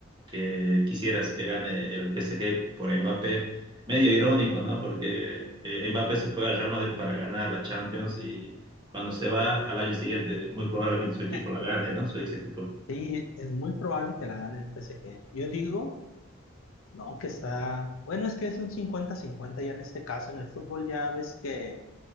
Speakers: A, on the right (about 20°); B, on the left (about 75°).
A: que quisieras que gane el PSG por Mbappé, medio irónico, ¿no? Porque eh, Mbappé se fue al Real Madrid para ganar la Champions y cuando se va al año siguiente, muy probablemente su equipo
B: <laughs>
A: la gane, ¿no? Su ex equipo.
B: Sí, es muy probable que la gane el PSG. Yo digo, no, que está, bueno, es que es un cincuenta cincuenta ya en este caso, en el fútbol ya ves que